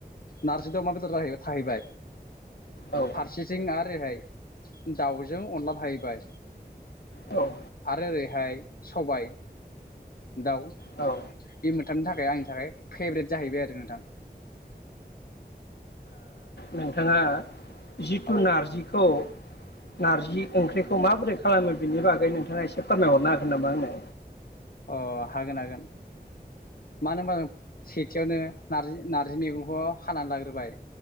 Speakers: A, on the left (about 60°); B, on the left (about 85°).
A: नारजि अमा बेदर थाहैबाय
B: औ
A: फारसेथिं आरोहाय दाउजों अनला थाहैबाय
B: औ
A: आरो ओरैहाय सबाय दाउ
B: औ
A: बे मोनथामनो थाखाय आंनि थाखाय फेब्रेट जाहैबाय आरो नोंथां
B: नोंथाङा जिथु
A: औ
B: नारजिखौ नारजि ओंख्रिखौ माबोरै खालामो बिनि बागै नोंथाङा एसे फोरमायहरनो हागोन नामा आंनो
A: अ हागोन हागोन मानो होनबा जों सेथियावनो नारजि नार्जि मैगंखौ हानानै लाग्रोबाय